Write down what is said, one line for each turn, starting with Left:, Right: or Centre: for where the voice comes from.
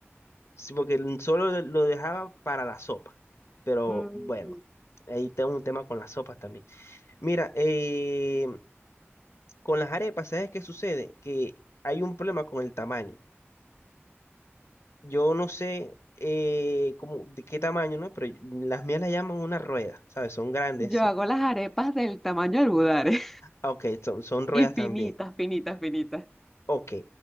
Left: Sí, porque el- solo lo lo dejaba para la sopa. Pero
Centre: Mm,
Left: bueno, ahí tengo un tema con las sopas también. Mira, eh, con las arepas, ¿sabes qué sucede? Que hay un problema con el tamaño. Yo no sé eh, cómo, de qué tamaño, ¿no? Pero las mías las llaman una rueda, ¿sabes? Son grandes.
Centre: Yo
Left: Son,
Centre: hago las arepas del tamaño del budare.
Left: ah, ok, son, son ruedas
Centre: Y
Left: también.
Centre: finitas, finitas, finitas.
Left: Ok.